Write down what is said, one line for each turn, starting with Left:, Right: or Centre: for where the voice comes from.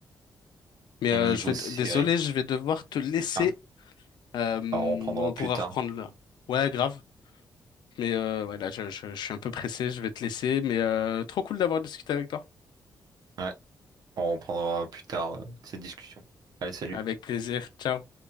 Left: Mais
Right: Et
Left: euh,
Right: niveau
Left: je vais,
Right: série?
Left: désolé, je vais devoir te laisser.
Right: Ah,
Left: Euh,
Right: on reprendra
Left: on pourra
Right: plus tard.
Left: reprendre là. Ouais, grave. Mais euh, ouais, là, je, je, je suis un peu pressé, je vais te laisser. Mais euh, trop cool d'avoir discuté avec toi.
Right: Ouais, on reprendra plus tard euh, ces discussions. Allez, salut.
Left: Avec plaisir. Ciao.